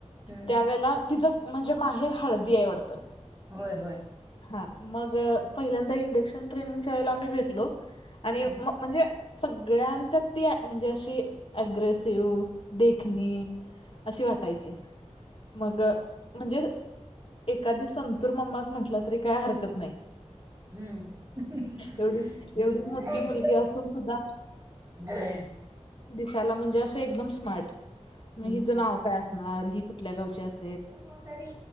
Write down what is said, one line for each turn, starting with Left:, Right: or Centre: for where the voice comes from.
Right: हम्म
Left: त्यावेेळेला तिचं म्हणजे माहेर हळदीय वाटतं
Right: होय होय
Left: हा मग पहिल्यांदा इंडेक्शन ट्रेनिंगच्या वेळेला आम्ही भेटलो
Right: हम्म
Left: आणि म म्हणजे... सगळ्यांच्यात ती आ म्हणजे अशी अँग्रेसिव्ह देखणी अशी वाटायची.. मग म्हणजेज एखादी संतूर मम्माच म्हटलं तरी काय हरकत नाय
Right: हम्म अहं
Left: एवढी
Right: हं......
Left: एवढी
Right: व
Left: मोठी हम्म. मुलगी
Right: अहं
Left: असून सुद्धा
Right: हं बोळ्या
Left: दिसायला म्हणजे असं एकदम स्मार्ट.. मग
Right: हम्म.
Left: हिच नाव काय असणार ही कुठल्या गावची अस
Right: मोनसारी...